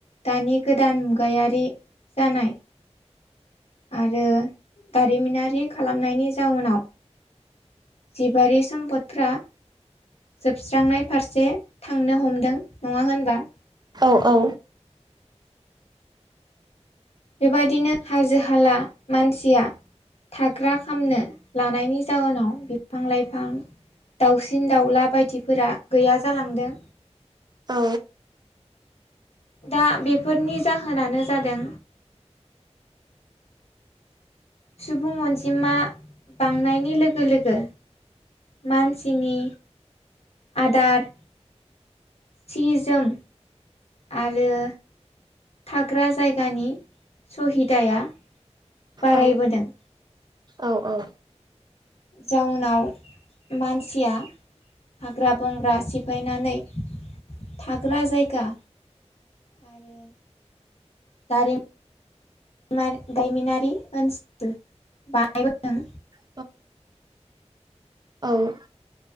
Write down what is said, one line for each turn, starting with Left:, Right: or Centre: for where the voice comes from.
Left: दानि गोदान मुगायारि जानाय आरो दारिमिनारि खालामनायनि जाउनाव जिबारि सम्पदफ्रा जोबस्रांनाय फारसे थांनो हमदों। नङा होमबा?
Right: औ औ
Left: बेबायदिनो हाजो हाला मानसिया थाग्रा खामनो लानायनि जाउनाव बिफां लाइफां दाउसिन दाउला बायदिफोरा गैया जालांदों।
Right: औ
Left: दा बेफोरनि जाहोनानो जादों सुबुं अनजिमा बांनायनि लोगो लोगो मानसिनि आदार सि जोम आरो थाग्रा जायगानि सहिदाया बारायबोदों।
Right: औ औ औ
Left: जाउनाव मानसिया हाग्रा बंग्रा सिफायनानै थाग्रा जायगा आरो दारिम मार दायमिनारि ओनसोल बानायबोदों।
Right: औ औ